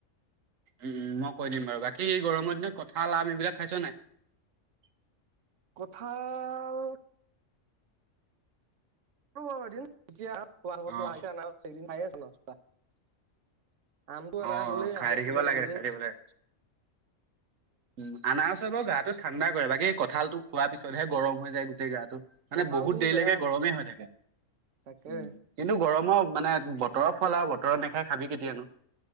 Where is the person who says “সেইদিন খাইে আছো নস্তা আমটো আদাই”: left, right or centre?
Right